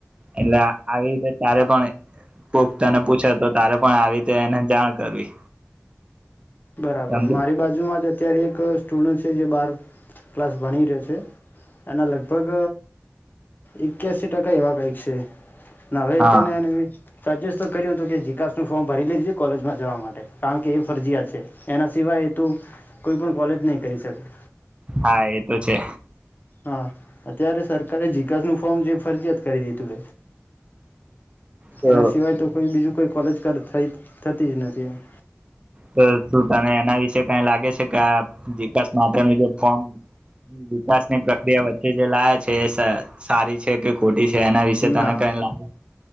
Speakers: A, on the right; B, on the left.
A: એટલે આવી રીતે ત્યારે પણ કોક તને પૂછે તો તારે પણ આવી રીતે એને જાણ કરવી
B: બરાબર
A: સમજે
B: મારી બાજુમાં જ અત્યારે એક સ્ટુડ જે બાર ક્લાસ ભણીરે છે. એના લગભગ એક્યાસી ટકા એવા કંઈક છે. નવેતે
A: હા
B: ને સજેસ્ટ તો કર્યું હતું કે જીિકાસનું ફોર્મ ભરી લેજે કોલેજમાં જવા માટે કારણ કે એ ફરજીયાત છે એના સિવાય તું કોઈ પણ કોલેજ નહીં કરી શકે.
A: હા એ તો છે.
B: હા અત્યારે સરકારે જિકાસ નું ફોર્મ જે ફરજીિયાત કરી દી તગ
A: તો
B: એના સિવાય તો કોઈ બીજું કોઈ કોલેજ ઘર થરતી જ નથી પ્યા
A: તો શું તને એના વિશે કઈ લાગે છે વાસ માટેનું જે ફોર્મ વિકાસની પ્રક્રિયા વચ્ચે જે લા છે એ સારી છે કે ખોટી છે એના વિશે
B: ના
A: તને કઈ લાગે